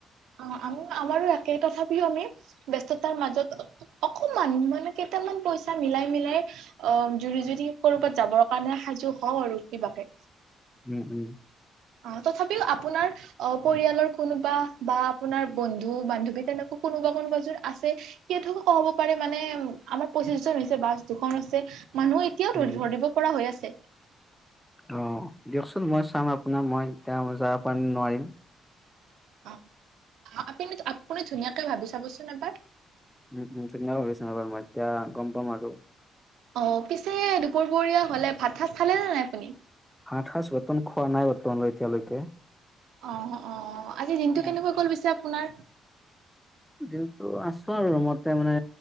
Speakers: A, on the right; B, in the centre.
A: অ আমি আমাৰো একে তথাপিও আমি ব্যস্ততাৰ মাজত অকমান মানে কেইতি অকমান পইচা মিলাই মিলাই অ জুৰি যুদি কৰ'বাত যাবৰ কাৰণে সাজু হওঁ আৰু কিবাকে
B: উম উম
A: অ তথাপিও আপোনাৰ অ পৰিয়ালৰ কোনোবা বা আপোনাৰ বন্ধু বান্ধৱী তেনেক কোনোবা কোনোবাযোৰ আছে সেই হ'ব পাৰে মানে আমাৰ পঁচিশ জন হৈছে বাচ দুখন আছে মানুহ এতিয়াও
B: উম
A: ধৰিব পৰা হৈ আছে
B: অ দিয়কচোন মই চাম আপোনাৰ মই এতিয়া যাব নোৱাৰিম
A: অ আপুনি আপুনি ধুনীয়াকে ভাবি চাবচোন এবাৰ
B: উম উম ভাবিচাম তেতিয়া গম পাম আৰু
A: অ পিছে দুপৰবৰীয়া হলে ভাত সাজ খালে নে নাই আপুনি
B: ভাত সাজ বৰ্তমান খোৱা নাই বৰ্তমানলৈ এতিয়ালৈকে
A: অ অ আজি দিনটো
B: অ
A: কেনেকুৱা গ'ল পিছে আপোনাৰ
B: দিনটো আছো আৰু ৰুমতে মানে